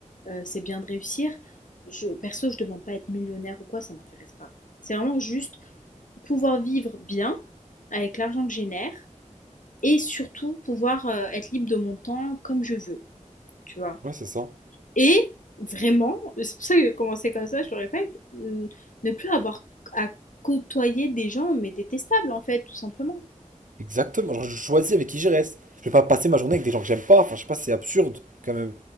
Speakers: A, on the left; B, on the right.
A: euh, c'est bien de réussir, je, perso, je demande pas à être millionnaire ou quoi, ça m'intéresse pas. C'est vraiment juste pouvoir vivre bien avec l'argent que je génère et surtout pouvoir euh, être libre de mon temps comme je veux, tu vois.
B: Ouais, c'est ça.
A: Et vraiment, c'est pour ça que j'ai commencé comme ça, je le répète, euh, ne plus avoir à côtoyer des gens, mais détestables en fait, tout simplement.
B: Exactement. Genre, je choisis avec qui je reste. Je vais pas passer ma journée avec des gens que j'aime pas. Enfin, je sais pas, c'est absurde quand même.